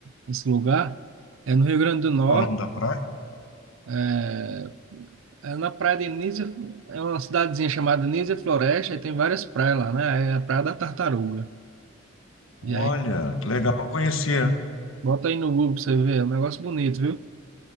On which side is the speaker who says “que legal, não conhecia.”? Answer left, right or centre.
Left